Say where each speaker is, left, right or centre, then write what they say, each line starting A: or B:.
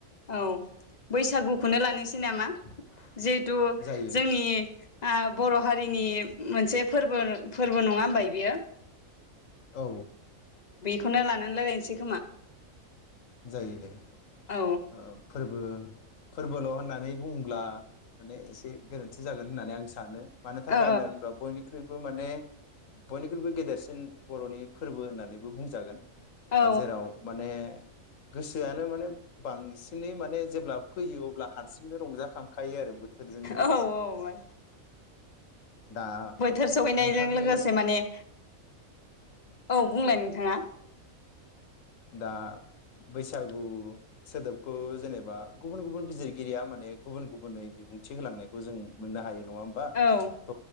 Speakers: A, on the left; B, on the left.
A: औ बैसागुखौनो लानोसै नामा? जिहेथु
B: जायो
A: जोंनि आ बर हारिनि मोनसे फोरबो फोरबो नङा होनबाय बियो
B: औ
A: खौनो लानानै लायरायनोसै खोमा
B: जायो दे
A: औ
B: ओ फोरबो फोरबोल होननानै बुंङोब्ला माने एसे गोरोन्थि जागोन होननानै आं सानो। मानो थाखाय
A: ओ
B: होनना बुङोब्ला बयनिख्रुइ बो माने बयनिख्रुइबो गेदेरसिन बरनि फोरबो होननानैबो बुंजागोन ओ
A: औ
B: जेराव माने गोसोआनो माने बांसिनै माने जेब्ला फैयो अब्ला हारसिंनो रंजाखांखा खायो आरो बोथोरजोंनो लोगोसे
A: औ औ
B: दा
A: बोथोर सहैनायजों
B: नोंथांनि
A: लोगोसे माने औ बुंलाय नोंथाङा
B: दा बैसागु सोदोबखौ जेनेबा गुबुन गुबुन बिजिरगिरिया माने गुबुन गुबुनै बिबुंथि होलांनायखौ जों मोननो हायो। बा
A: औ
B: थ